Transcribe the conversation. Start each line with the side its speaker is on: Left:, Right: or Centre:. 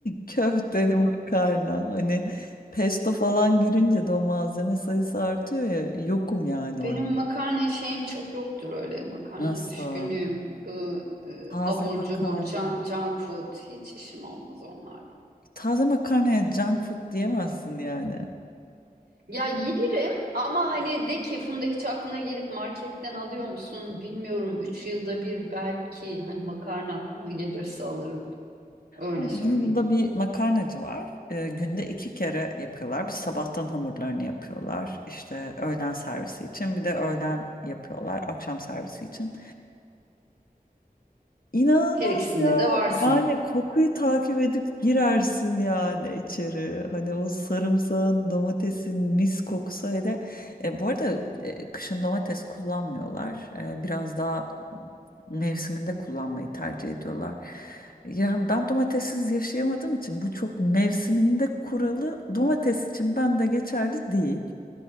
Left: köfteli makarna. Hani pesto falan girince de o malzeme sayısı artıyor ya. Yokum yani orada.
Right: Benim makarna şeyim çok yoktur öyle makarna
Left: Nasıl?
Right: düşkünlüğüm. Bu e,
Left: Taze
Right: abur
Left: makarna.
Right: cubur can- junk food hiç işim olmaz onlarla.
Left: Taze makarnaya junk food diyemezsin yani.
Right: Ya yerim ama hani de ki Funda hiç aklına gelip marketten alıyor musun bilmiyorum. Üç yılda bir belki hani makarna aklıma gelirse alırım. Öyle
Left: Ama
Right: söyleyeyim.
Left: Bizim burada bir makarnacı var. Ee, günde iki kere yapıyorlar. Bir sabahtan hamurlarını yapıyorlar. İşte öğlen servisi için. Bir de öğlen yapıyorlar. Akşam servisi için. İnanılmaz
Right: Her ikisinde
Left: ya.
Right: de varsın.
Left: Yani kokuyu takip edip girersin yani içeri. Hani o sarımsağın, domatesin mis kokusu. Hele e, bu arada e, kışın domates kullanmıyorlar. E, biraz daha mevsiminde kullanmayı tercih ediyorlar. Yani ben domatessiz yaşayamadığım için bu çok mevsiminde kuralı domates için ben de geçerli değil.